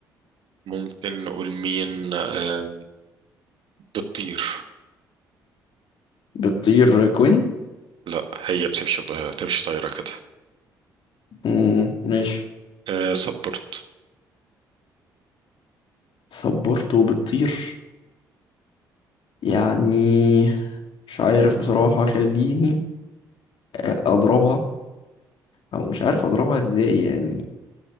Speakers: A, on the right; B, on the left.
A: ممكن نقول مين آه بتطير
B: بتطير كوين
A: لا هي بتمشي بتمشي طايرة كده
B: مم، ماشي
A: آه صبرت
B: صبرته بتطير يعني مش عارف بصراحة خليني أضربها أو مش عارف أضربها إزاي يعني